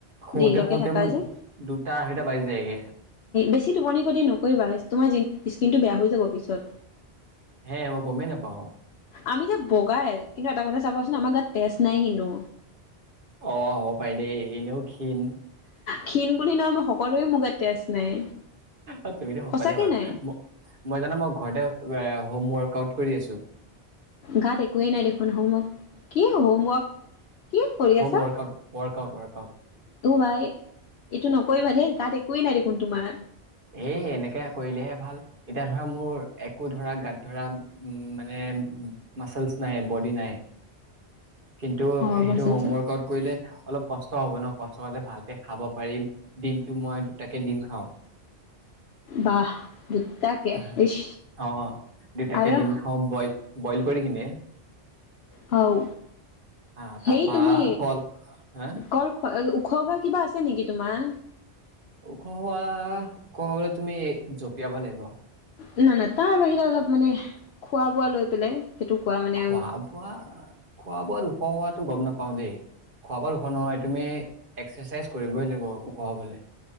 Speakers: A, on the right (about 50°); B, on the left (about 70°).
A: শুওঁতে
B: দেৰিলৈকে
A: শুওঁতে
B: থাকা
A: মোৰ
B: যে
A: দুটা আঢ়ৈটা বাজি যায়গে
B: বেছি টোপনি ক্ষতি নকৰিবা তোমাৰ স্কিনটো বেয়া হৈ যাব পিছত
A: হে মই গমেই নাপাওঁ
B: আমি যে বগাই কিন্তু এটা কথা চাবাচোন আমাৰ গাত তেজ নাই কিন্তু
A: অ হব পাই দেই এনেও ক্ষীণ
B: ক্ষীণ বুলি নহয় মই সকলোৱে মো গাত তেজ নাই
A: অ তুমিতো শকতে
B: সঁচাকে
A: বাৰু
B: নাই
A: মই জানো মই ঘৰতে হোম ৱৰ্কআউট কৰি আছোঁ
B: গাত একোৱেই নাই দেখোন হোমৱৰ্ক কি হোমৱৰ্ক কি কৰি
A: হোম
B: আছা
A: ৱৰ্কআউট, ৱৰ্কআউট, ৱৰ্কআউট।
B: অ ভাই এইটো নকৰিবা দেই গাত একোৱেই নাই দেখোন তোমাৰ
A: এই এনেকে কৰিলেহে ভাল, এতিয়া ধ ধৰা মোৰ একো ধৰা গাত ধৰা মানে ম- মাছেলচ নাই, বডি নাই কিন্তু
B: অ
A: সেই
B: বাচল
A: হোম
B: চ
A: ওৱাৰকাউত কৰিলে অলপ কষ্ট হ'ব ন, কষ্ট হ'লে ভালকে খাব পাৰিম। দিনটো মই দুটাকে দিম খাওঁ।
B: বাহ দুটাকে
A: আহ,
B: ইচ
A: অ'। দুটাকে
B: আৰু
A: দিম খাওঁ বইল, বইল কৰি কিনে।
B: হও,
A: হা
B: সেই
A: তাৰপা
B: তুমি
A: কল হা
B: কল খোৱা অ, ওখ হোৱা কিবা আছে নেকি তোমাৰ?
A: ওখ হোৱা, ওখ হ'বলৈ তুমি জঁপিয়াব লাগিব।
B: নাই, নাই, তাৰ বাহিৰে অলপ মানে খোৱা বোৱা লৈ পেলাই। সেইটো কোৱা মানে
A: খোৱা বোৱা? খোৱা বোৱাত ওখ খোৱাতটো গম নাপ পাওঁ দেই, খোৱা বোৱাত ওখ নহয়। তুমি এক্সাৰচাইজ কৰিবই লাগিব ওখ হ'বলৈ।